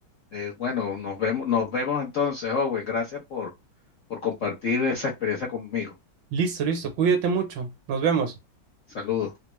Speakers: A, on the left; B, on the right.
A: Eh, bueno, nos vemos, nos vemos entonces, Owen. Gracias por, por compartir esa experiencia conmigo.
B: Listo, listo, cuídate mucho, nos vemos.
A: Saludos.